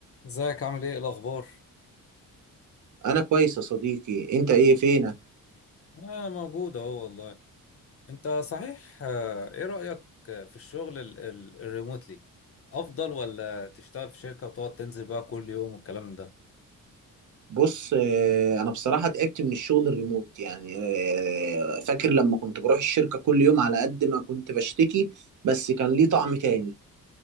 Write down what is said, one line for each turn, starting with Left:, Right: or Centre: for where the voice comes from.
Left: ازيك عامل ايه إيه الاخبار
Right: انا كويس يا صديقي انت ايه فينك
Left: انا موجود اهو والله انت صحيح آه، ايه رأيك آه، في الشغل ال- ال- الريموتلي افضل ولا تشتغل في شركة وتقعد تنزل بقى كل يوم والكلام ده
Right: بص آه، انا بصراحه تعبت من الشغل الريموت يعني آه، فاكر لما كنت بروح الشركه كل يوم على قد ما كنت بشتكي بس كان ليه طعم تاني